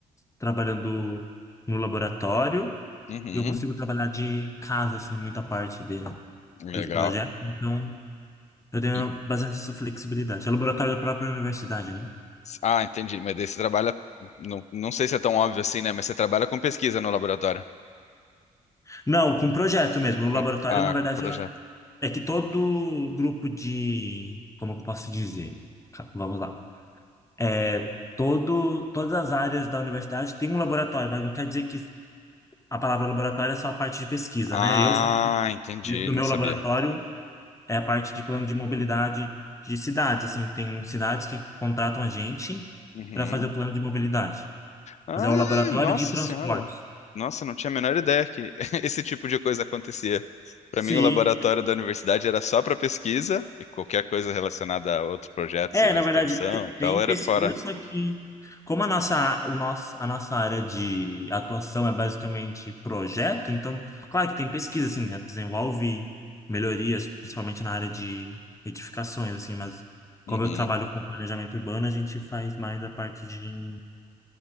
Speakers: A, on the left (about 15°); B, on the left (about 40°).
A: trabalhando no laboratório.
B: uhum,
A: E eu consigo trabalhar de casa, assim, muita parte de,
B: legal.
A: dos projetos. Então, eu tenho
B: E-
A: bastante essa flexibilidade. É laboratório da própria universidade, né?
B: ah, entendi. Mas daí você trabalha, não, não sei se é tão óbvio assim, né? Mas você trabalha com pesquisa no laboratório,
A: Não, com projeto mesmo. O laboratório,
B: com, ah,
A: na verdade,
B: com projeto.
A: é é que todo grupo de... Como eu posso dizer? Ca- Vamos lá. É, todo, todas as áreas da universidade tem um laboratório, mas não quer dizer que a palavra laboratório é só a parte de pesquisa,
B: Ah,
A: né? Eu faço
B: entendi,
A: dentro do
B: não
A: meu
B: sabia.
A: laboratório é a parte de plano de mobilidade de cidades, assim, tem cidades que contratam a gente
B: Uhum.
A: para fazer o plano de mobilidade.
B: Ah,
A: Mas é o laboratório
B: nossa
A: de transportes.
B: senhora. Nossa, não tinha a menor ideia que <laughs> esse tipo de coisa acontecia. Para
A: Sim.
B: mim, o laboratório da universidade era só para pesquisa e qualquer coisa relacionada a outro projeto,
A: É,
B: seja
A: na
B: extensão
A: verdade, te-
B: e tal,
A: tem
B: era
A: pesquisa,
B: fora.
A: só que como a nossa, o nosso, a nossa área de atuação é basicamente projeto, então, claro que tem pesquisa, assim, né? Desenvolve melhorias, principalmente na área de edificações, assim, mas
B: Uhum,
A: como eu trabalho com planejamento urbano, a gente faz mais a parte de,